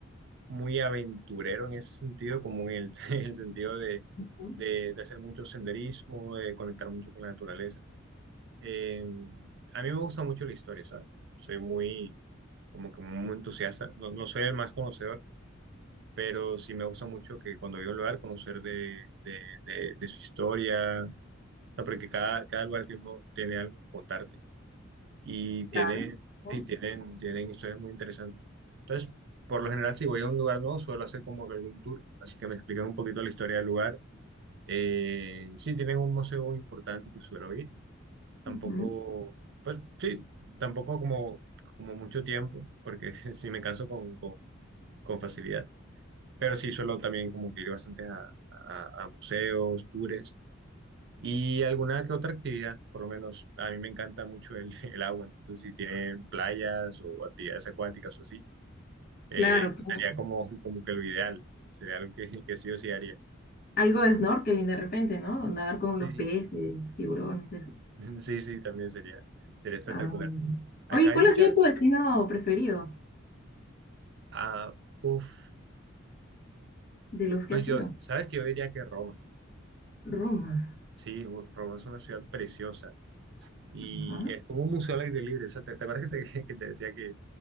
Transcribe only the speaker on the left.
Ujú,
Claro. ujú.
Ujú.
Claro, claro.
Algo de snorkeling de repente, ¿no? Nadar con
los peces, tiburones, eso.
Ah,
Oye,
¿cuál
ha sido tu destino preferido
de los que
has
ido?
Roma.
Ajá.